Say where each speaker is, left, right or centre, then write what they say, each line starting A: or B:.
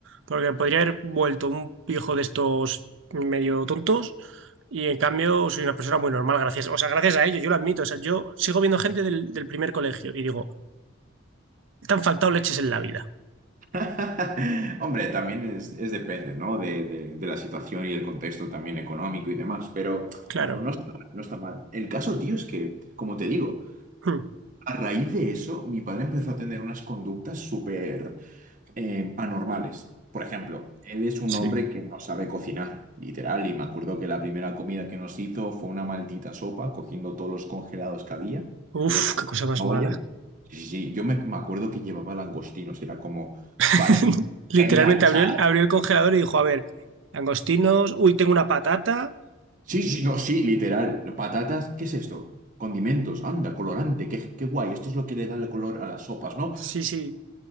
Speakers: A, on the right (about 65°); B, on the right (about 40°).
A: porque podría haber vuelto un pijo de estos medio tontos. Y en cambio soy una persona muy normal, gracias. O sea, gracias a ello, yo lo admito. O sea, yo sigo viendo gente del, del primer colegio y digo, te han faltado leches en la vida.
B: <laughs> Hombre, también es, es depende, ¿no? De, de- de la situación y el contexto también económico y demás, pero
A: Claro.
B: no, no está, no está mal. El caso, tío, es que, como te digo,
A: Hmm.
B: a raíz de eso, mi padre empezó a tener unas conductas súper... eh, anormales. Por ejemplo, él es un
A: Sí.
B: hombre que no sabe cocinar, literal, y me acuerdo que la primera comida que nos hizo fue una maldita sopa, cogiendo todos los congelados que había,
A: Uf,
B: los ponía
A: qué cosa
B: en
A: más
B: una olla.
A: mala.
B: Sí, sí, sí, yo me, me acuerdo que llevaba langostinos, era como,
A: <laughs>
B: vale, genial,
A: Literalmente
B: o
A: abrió
B: sea,
A: el, abrió el congelador y dijo, a ver, angostinos, uy, tengo una patata.
B: sí, sí, no, sí, literal, patatas, ¿qué es esto? Condimentos, anda, colorante, qué, qué guay, esto es lo que le da el color a las sopas, ¿no?
A: Sí, sí,